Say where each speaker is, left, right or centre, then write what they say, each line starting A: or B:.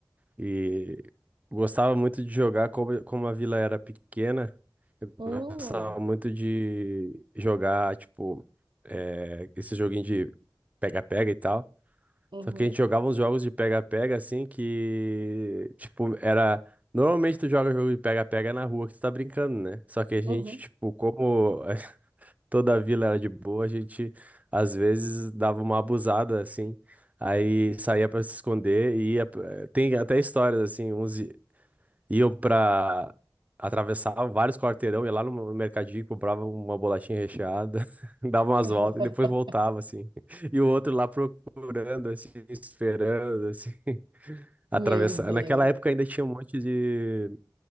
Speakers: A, on the right; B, on the right.
A: e gostava muito de jogar como, como a vila era pequena,
B: Hum,
A: gostava muito de jogar, tipo, eh, esse joguinho de pega-pega e tal.
B: uhum,
A: Só que a gente jogava uns jogos de pega-pega assim que, tipo, era... Normalmente tu joga jogo de pega-pega na rua que tu tá brincando, né? Só que a gente,
B: uhum.
A: tipo, como toda a vila era de boa, a gente às vezes dava uma abusada assim, aí saía pra se esconder e ia. pra- Tem até histórias assim, uns i- iam pra. Atravessavam vários quarteirão, ia lá no mercadinho, comprava uma bolachinha recheada, <laughs> dava umas
B: <laughs>
A: voltas e depois voltava assim. E o outro lá procurando, assim, esperando, assim, <laughs> atravessar.
B: Meu Deus.
A: Naquela época ainda tinha um monte de